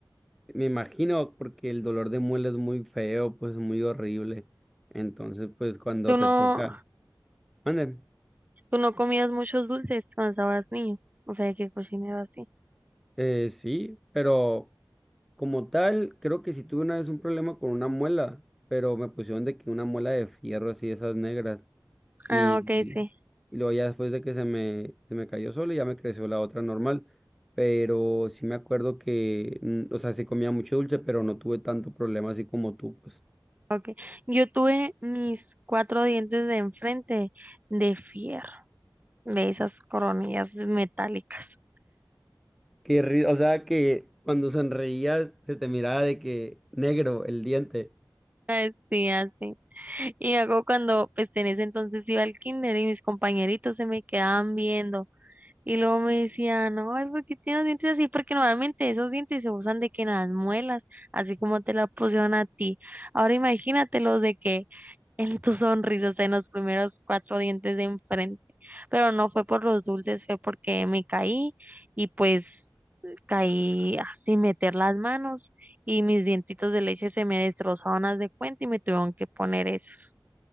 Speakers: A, in the centre; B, on the right.
A: me imagino, porque el dolor de muela es muy feo, pues muy horrible. Entonces, pues cuando
B: ¿Tú
A: te
B: no,
A: toca, mande.
B: tú no comías muchos dulces cuando estabas niño? O sea, que cocinero así.
A: Eh, sí, pero Como tal, creo que sí tuve una vez un problema con una muela, pero me pusieron de que una muela de fierro así, esas negras. Y,
B: Ah, ok, sí.
A: y luego ya después de que se me, se me cayó sola, ya me creció la otra normal. Pero sí me acuerdo que, mm, o sea, sí comía mucho dulce, pero no tuve tanto problema así como tú, pues.
B: Ok. Yo tuve mis cuatro dientes de enfrente de fierro, de esas coronillas metálicas.
A: Qué ri- o sea, que cuando sonreías se te miraba de que negro el diente.
B: <laughs> Ay, Sí, así. Y hago cuando, pues en ese entonces iba al kinder y mis compañeritos se me quedaban viendo. Y luego me decían, ay, ¿por qué tienes los dientes así? Porque normalmente esos dientes se usan de que en las muelas, así como te la pusieron a ti. Ahora imagínatelos de que en tu sonrisa, o sea, en los primeros cuatro dientes de enfrente. Pero no fue por los dulces, fue porque me caí y pues caí sin meter las manos y mis dientitos de leche se me destrozaron, haz de cuenta, y me tuvieron que poner eso.